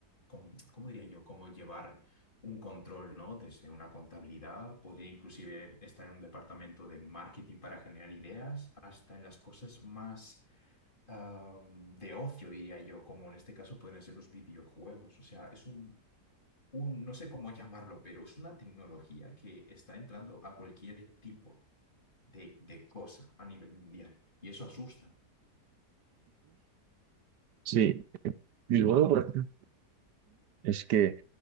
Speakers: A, on the left (about 30°); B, on the right (about 80°).
A: com- ¿cómo diría yo? Como llevar un control, ¿no? Desde una contabilidad, podría inclusive estar en un departamento de marketing para generar ideas, hasta en las cosas más am, de ocio, diría yo, como en este caso pueden ser los videojuegos. O sea, es un, un- no sé cómo <laughs> llamarlo, pero es una tecnología que está entrando a cualquier tipo de, de cosa a nivel mundial. Y eso asusta.
B: Sí, y luego, por ejemplo, es que